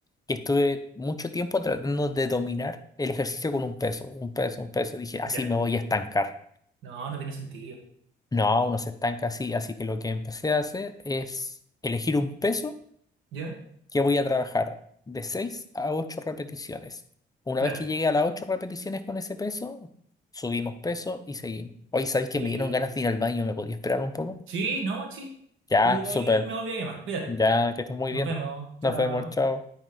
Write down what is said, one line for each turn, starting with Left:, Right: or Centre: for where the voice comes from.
Left: que estuve mucho tiempo tratando de dominar el ejercicio con un peso, un peso, un peso. Dije, así
Right: Ya.
Left: me voy a estancar.
Right: No, no tiene sentido.
Left: No, uno se estanca así. Así que lo que empecé a hacer es elegir un peso
Right: ¿Ya?
Left: que voy a trabajar de 6 a 8 repeticiones. Una
Right: Claro.
Left: vez que llegue a las 8 repeticiones con ese peso, subimos peso y seguimos. Hoy sabéis que
Right: Sí.
Left: me dieron ganas de ir al baño, ¿me podía esperar un poco?
Right: Sí, no, sí.
Left: Ya,
Right: Y de
Left: súper.
Right: ahí me volví a llamar. Cuídate.
Left: Ya, que estés muy
Right: Nos
Left: bien.
Right: vemos. Chao.
Left: Nos vemos, chao.